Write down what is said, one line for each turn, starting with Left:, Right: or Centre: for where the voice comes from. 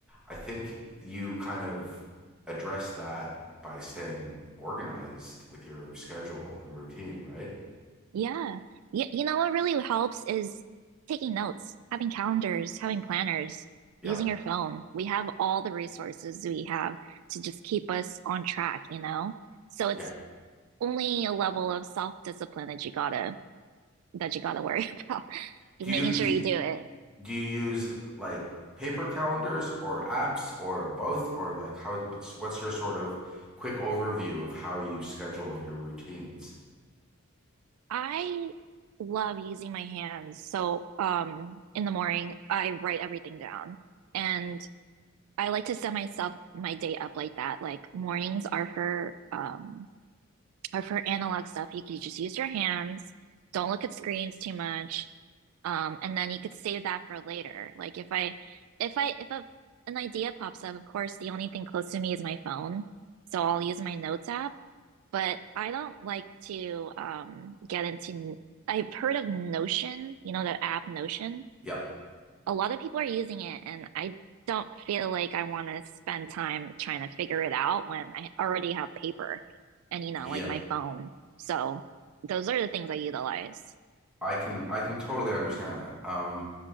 Centre: I think you kind of address that by staying organized with your schedule and routine, right?
Right: Yeah. Y you know what really helps is taking notes, having calendars, having planners,
Centre: Yeah.
Right: using your phone. We have all the resources we have to just keep us on track, you know? So it's
Centre: Yeah.
Right: only a level of self-discipline that you gotta that you gotta worry <laughs> about. Just
Centre: Do you
Right: making
Centre: do
Right: sure you do it.
Centre: do you use like paper calendars or apps or both or like how what's what's your sort of quick overview of how you schedule your routines?
Right: I love using my hands. So, um, in the morning, I write everything down. And I like to set myself my day up like that. Like mornings are for um are for analog stuff. You can just use your hands. Don't look at screens too much. Um, and then you could save that for later. Like if I if I if a an idea pops up, of course, the only thing close to me is my phone. So I'll use my notes app but I don't like to um, get into. I've heard of Notion, you know, the app Notion.
Centre: Yeah.
Right: A lot of people are using it, and I don't feel like I want to spend time trying to figure it out when I already have paper and, you know,
Centre: Yeah.
Right: like my phone. So those are the things I utilize.
Centre: I can I can totally understand that. Um